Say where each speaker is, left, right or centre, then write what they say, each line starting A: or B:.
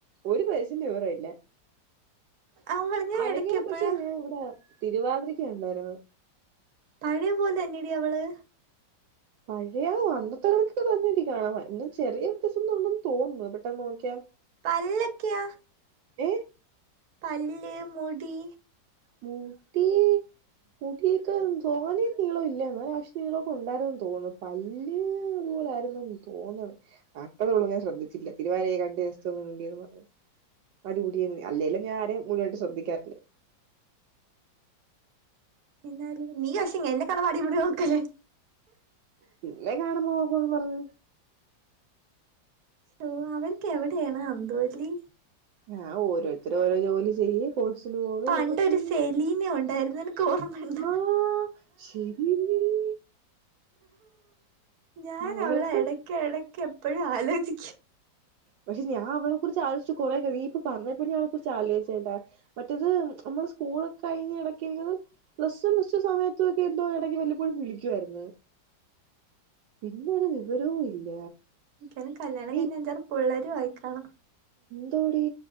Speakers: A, on the right; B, on the right.
A: ഒരു പൈസന്റെ വിവരംല്ല
B: അവള് ഞാൻ
A: അനഖ
B: ഇടക്ക്
A: നെപക്ഷേ
B: എപ്പോഴാ
A: ഞാൻ ഇവിടെ തിരുവാതിരക്ക് കണ്ടാ യിരുന്നു
B: പഴയ പോലെ അല്ല ടിഅവള്
A: പഴയാവും അന്നത്തെ കണക്കൊക്കെ തന്നിട്ട കാണാം ഇന്ന് ചെറിയ വ്യത്യാസം എന്നള്ളന്ന് തോന്നുപെട്ടനോക്കിയ
B: പല്ല ഒക്കെ
A: ഏ
B: പല്ല് മുടി
A: മുടി മുടിയൊക്ക തോനെ നിളോ ഇല്ല എന്ന ആവശ്യം നിങ്ങളൊക്കെ ഉണ്ടായിരോന്ന് തോന്നുന്നു പല്ല് അത് പോലെ ആയിരുന്നുതോണു അത്രള്ളൂ ഞാൻ ശ്രദ്ധിച്ചില്ല തിരുവാരയെ കണ്ട് വണ്ടിയന്ന് പറഞ്ഞു തടികൂടിയ അല്ലേല്ലും ഞാൻ ആ രേയും മുന്നോട്ട് ശ്രദ്ധിക്കാറില്ല
B: എന്നാലും നീ പക്ഷഎന്നെക്കണ അടിപടി നോക്കല്ലേ
A: പിന്നെ കാണുമ്പോ നോക്കുംന്ന് പറഞ്ഞു
B: ഹലോ അവർക്ക് എവിടെയാണ് അന്തോല്ലി
A: ആഹ ഓരോരുത്തരും ഓരോ ജോലി ചെയ് കോഴ്സിന് പോക്കെ
B: പണ്ടൊരു
A: ചെയ്ണ്ട്
B: സെലീന ഉണ്ടായിരുന്നു നിനക്ക് ഓർമ്മയുണ്ട
A: ആഹ ശരി തന്നെ ഉ
B: ഞാൻ
A: അവളത്തെ
B: അവളെ ഇടക്ക ഇടക്ക് എപ്പോഴും ആലോചി
A: പക്ഷെ ഞാൻ അവളെ കുറിച്ച് ആലോചിച്ച് കൊറെ നീയിപ്പൊ പറഞ്ഞപ്പോ അവളെ കുറിച്ച് ആലോചിച്ചട്ടാ മറ്റേത് നമ്മൾ സ്കൂൾ കഴിഞ് നടക്കെയിരുന്നു പ്ലസ് വൺ പ്ലസ്ടുസമയത്ത ഒക്കെ എന്തോ ഇടക്ക് വല്ലപ്പോഴും വിളിക്കു ആയിരുന്നു പിന്നെ ഒരു വിവരവും ഇല്ല
B: എക്കാനും കല്യാണം
A: നീ
B: കഴിഞ്ഞ് അഞ്ചാറ് പുള്ളേരും ആയിക്കാണും
A: ന്തോടി